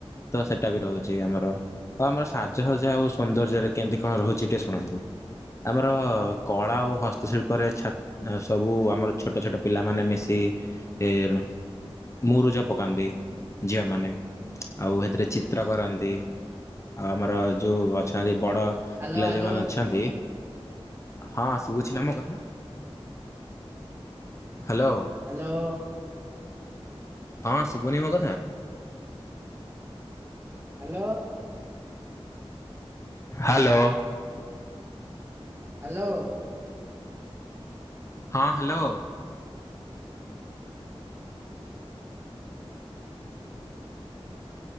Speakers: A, on the left; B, on the right.
A: ତ ସେଟା ବି ରହୁଛି ଆମର। ଆଉ ଆମର ସାଜସଜ୍ଜା ଆଉ ସୌନ୍ଦର୍ଯ୍ୟରେ କେମିତି କଣ ରହୁଛି ଟିକେ ଶୁଣନ୍ତୁ। ଆମର କଳା ଓ ହସ୍ତଶିଳ୍ପରେ ଛା ସବୁ ଆମର ଛୋଟ ଛୋଟ ପିଲାମାନେ ମିଶି। ଟି ଏ। ମୁରୁଜ ପକାନ୍ତି ଝିଅମାନେ ଆଉ ସେଥିରେ ଚିତ୍ର କରନ୍ତି। ଆଉ ଆମର ଯୋଉ ଅଛନ୍ତି ବଡ ପିଲା
B: ହ୍ୟାଲୋ ହ୍ୟାଲୋ
A: ଯୋଉମାନେ ଅଛନ୍ତି। ହଁ ଶୁଭୁଛି ନା ମୋ କଥା ହ୍ୟାଲୋ।
B: ହ୍ୟାଲୋ।
A: ହଁ ସୁଭୁନି ମୋ କଥା।
B: ହ୍ୟାଲୋ।
A: ହ୍ୟାଲୋ।
B: ହ୍ୟାଲୋ।
A: ହଁ ହ୍ୟାଲୋ।